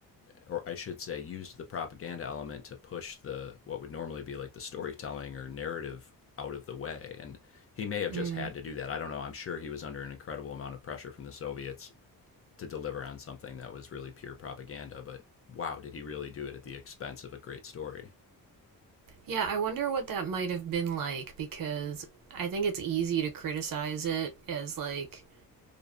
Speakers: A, on the left; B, on the right.
A: or I should say used the propaganda element to push the what would normally be like the storytelling or narrative out of the way and he may have
B: Mm.
A: just had to do that. I don't know. I'm sure he was under an incredible amount of pressure from the Soviets to deliver on something that was really pure propaganda, but wow, did he really do it at the expense of a great story?
B: Yeah, I wonder what that might have been like because I think it's easy to criticize it as like